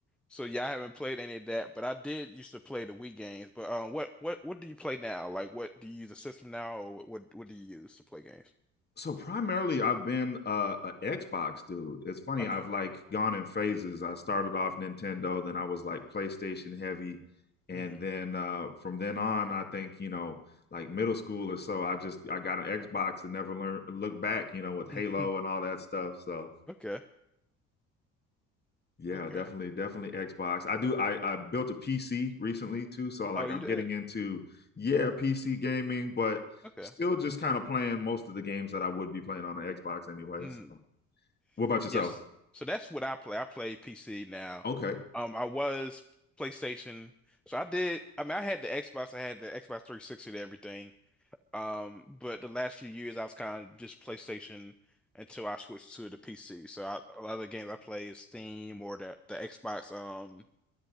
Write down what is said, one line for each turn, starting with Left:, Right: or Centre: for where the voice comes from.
Centre: So yeah, I haven't played any of that. But I did used to play the Wii games. But um, what what what do you play now? Like, what do you use a system now, or what what what do you use to play games?
Left: so primarily i've been uh, a xbox dude it's funny
Centre: Okay.
Left: i've like gone in phases i started off nintendo then i was like playstation heavy and
Centre: hmm
Left: then uh, from then on i think you know like middle school or so i just i got an xbox and never learned look back you know with halo
Centre: <laughs>
Left: and all that stuff so
Centre: Okay.
Left: yeah
Centre: Okay.
Left: definitely definitely xbox i do i i built a pc recently too so like
Centre: Oh, you
Left: i'm
Centre: did?
Left: getting into yeah pc gaming but
Centre: Okay.
Left: still just kind of playing most of the games that i would be playing on an xbox anyways
Centre: Mm.
Left: what about yourself?
Centre: Yes. So that's what I play. I play PC now.
Left: Okay.
Centre: Um, I was PlayStation. So I did. I mean, I had the Xbox. I had the Xbox 360 and everything. Um, but the last few years I was kind of just PlayStation until I switched to the PC. So I, a lot of the games I play is Steam or the the Xbox um